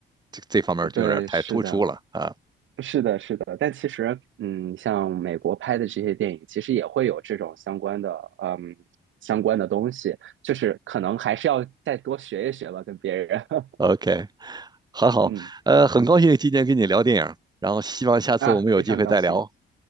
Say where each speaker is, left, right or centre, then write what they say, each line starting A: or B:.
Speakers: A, on the right; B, on the right.
A: 这这方面就有点太突出了啊。
B: 对，是的。是的，是的，但其实，嗯，像美国拍的这些电影，其实也会有这种相关的，嗯，相关的东西，就是可能还是要再多学一学吧，跟别人，<laughs>
A: OK，很好，
B: 嗯，
A: 呃，很高兴今天跟你聊电影，然后希望下次我们有机会再聊。
B: 啊，非常高兴。